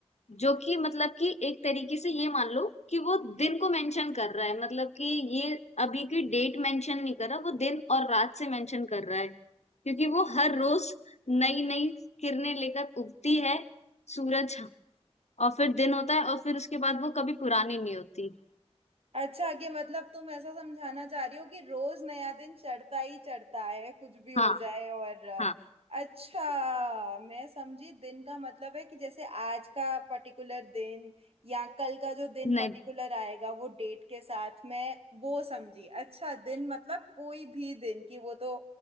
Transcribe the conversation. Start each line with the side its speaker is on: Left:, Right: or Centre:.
Left: जो कि मतलब कि एक तरीके से ये मान लो कि वो दिन को मेंशन कर रहा है मतलब कि ये अभी की डेट मेंशन नहीं कर रहा वो दिन और रात से मेंशन कर रहा है क्योंकि वो हर रोज नई नई किरणें लेकर उगती है सूरज और फिर दिन होता है और फिर उसके बाद वो कभी पुरानी नहीं होती
Right: अच्छा कि मतलब तुम ऐसा समझाना चाह रही हो कि रोज नया दिन चढ़ता ही चढ़ता है कुछ भी हो
Left: हाँ
Right: जाए और अ,
Left: हाँ
Right: अच्छा मैं समझी दिन का मतलब है कि जैसे आज का पर्टिकुलर दिन या कल का जो दिन
Left: नहीं
Right: पर्टिकुलर आएगा वो डेट के साथ मैं वो समझी अच्छा दिन मतलब कोई भी दिन की वो तो